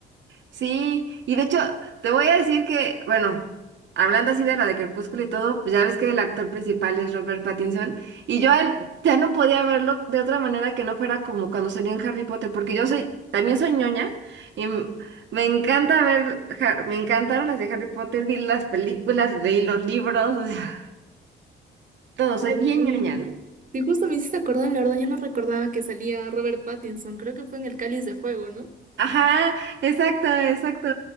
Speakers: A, on the right; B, on the right.
A: Sí, y de hecho, te voy a decir que, bueno, hablando así de la de Crepúsculo y todo, pues ya ves que el actor principal es Robert Pattinson, y yo a él ya no podía verlo de otra manera que no fuera como cuando salió en Harry Potter, porque yo soy, también soy ñoña, y m- me encanta ver, Ja- me encantaron las de Harry Potter, vi las películas, leí los libros, o sea, todo, soy
B: Ay,
A: bien
B: Sí.
A: ñoña, ¿no?
B: Sí, justo me hiciste acordar, la verdad, yo no recordaba que salía Robert Pattinson, creo que fue en El Cáliz de Fuego, ¿no?
A: Ajá, exacto, exacto.